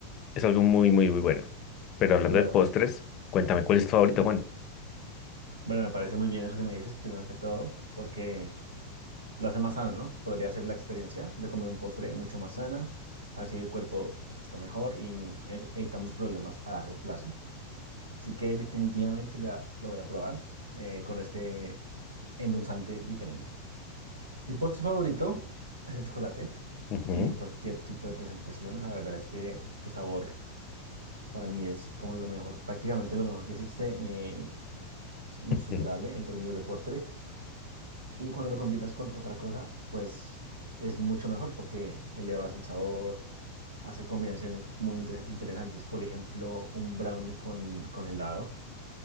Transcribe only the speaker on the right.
Claro.
Bueno, me parece muy bien eso que me dices, primero que todo, porque lo hace más sano, ¿no? Podría ser la experiencia de comer un postre mucho más sana, así el cuerpo está mejor y es- evitamos problemas a largo plazo. Así que definitivamente la, lo voy a probar eh, con este endulzante diferente. Mi postre favorito es el chocolate
en cualquier tipo de presentación. La verdad es que este sabor para mí es como lo mejor, prácticamente lo mejor que existe, eh, es insuperable
en términos de postre. Y cuando lo combinas con otra cosa, pues es mucho mejor porque elevas el sabor, hace combinaciones muy inte- interesantes. Por ejemplo, un brownie con, con helado.